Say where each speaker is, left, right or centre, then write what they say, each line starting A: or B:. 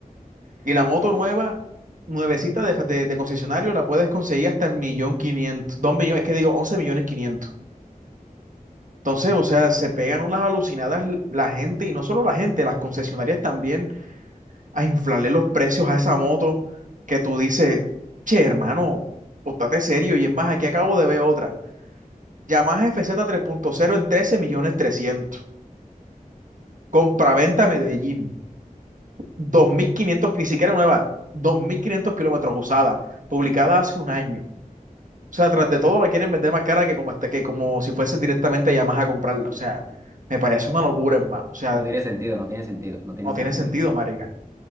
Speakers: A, on the right; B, on the right.
A: Y la moto nueva, nuevecita de, de, de concesionario, la puedes conseguir hasta el millón quinientos, dos millones, es que digo, once millones quinientos. Entonces, o sea, se pegan unas alucinadas l- la gente y no solo la gente, las concesionarias también a inflarle los precios a esa moto que tú dices, che, hermano, póntate serio. Y es más, aquí acabo de ver otra. Yamaha FZ cero en 13 millones 300. Compraventa Medellín. dos mil quinientos ni siquiera nueva, 2.500 kilómetros usada, publicada hace un año. O sea, tras de todo la quieren vender más cara que como, este, que como si fuese directamente Yamaha a comprarla. O sea, me parece una locura, hermano. O sea,
B: No tiene sentido, no tiene sentido, no tiene
A: no
B: sentido.
A: tiene sentido, marica.